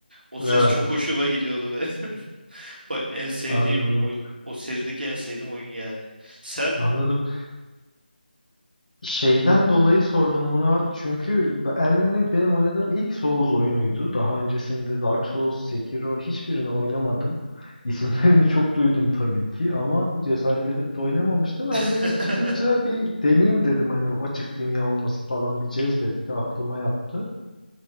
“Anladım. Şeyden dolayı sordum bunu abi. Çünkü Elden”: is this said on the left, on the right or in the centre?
Left